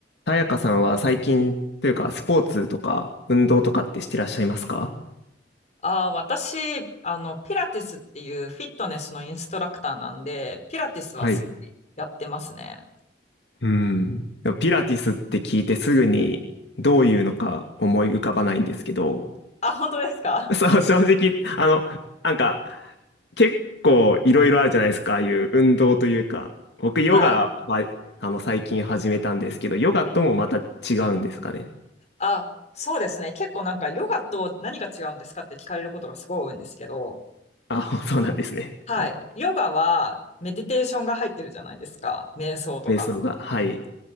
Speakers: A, on the left; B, on the left.
A: さやかさんは最近というか、スポーツとか運動とかってしてらっしゃいますか
B: あー私、あの、ピラティスっていうフィットネスのインストラクターなんで、ピラティスはすごいやってますね。
A: はい。うん。でもピラティスって聞いてすぐにどういうのか思い浮かばないんですけど、
B: あ、本当ですか
A: <laughs> そう、正直、あの、なんか、結構いろいろあるじゃないですか、ああいう運動というか、僕ヨガは、
B: はい。
A: あの、最近始めたんですけど、ヨガともまた違うんですかね。
B: あ、そうですね。結構なんかヨガと何が違うんですかって聞かれることがすごい多いんですけど、
A: あ、<laughs> そうなんですね。
B: はい。
A: はい。
B: ヨガはメディテーションが入ってるじゃないですか。瞑想とか。
A: 瞑想が、はい。